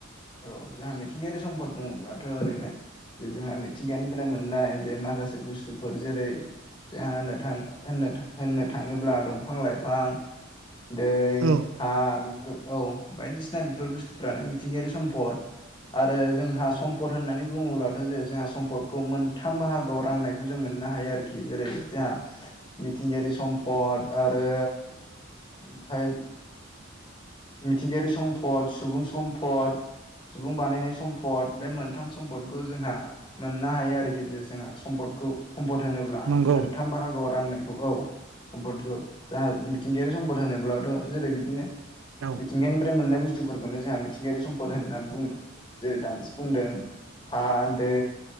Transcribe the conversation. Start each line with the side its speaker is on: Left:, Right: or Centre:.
Left: औ जोंहा मिथिंगायारि सम्पद बुङोब्लाथ' ओरैनो जे जोंहा मिथिंगानिफ्राय मोननाय जे माखासे बुस्थुफोर जेरै जोंहा होनो थाङो होनो होननो थाङोब्ला दंफां लाइफां दै
Right: औ
Left: हा बेफोर औ बायदिसिना बेफोर बुस्थुफ्रानो मिथिंगायारि सम्फद आरो जोंहा सम्पद होननानै बुङोब्लाथ' जे जोंहा सम्पदखौ मोनथाम बाहागोआव राननायखौ जों मोनो। मोननो हायो आरोखि जेरै जोंहा मिथिंगायारि सम्पद आरो। ओमफाय मिथिंगायारि सम्पद सुबुं सम्फद। <inaudible> सुबुं बानायनाय सम्पद बे मोनथाम सम्पदखौ जोंहा मोननो हायो आरोखि जे जोंहा सम्पदखौ सम्फद होनोब्ला
Right: नंगौ
Left: मोनथाम बाहागोआव राननाय बेखौ औ सम्पदखौ जाहा मिथिंगायारि सम्पद होनोब्लाथ' जेरै बिदिनो
Right: औ
Left: मिथिंगानिफ्राय मोननाय बुस्थुफोरखौनो जोंहा मिंगायारि सम फोर होननानै बुङो जेरै दानसो बुंदों हा दै